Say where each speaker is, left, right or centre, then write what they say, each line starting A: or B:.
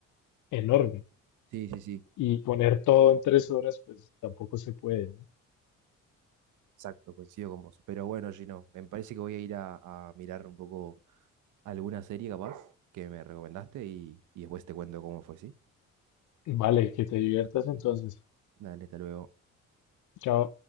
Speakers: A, on the left; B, on the right.
A: enorme.
B: Sí, sí, sí.
A: Y poner todo en tres horas, pues tampoco se puede, ¿no?
B: Exacto, coincido con vos. Pero bueno, Gino, me parece que voy a ir a, a mirar un poco alguna serie capaz que me recomendaste y, y después te cuento cómo fue, ¿sí?
A: Vale, que te diviertas entonces.
B: Dale, hasta luego.
A: Chao.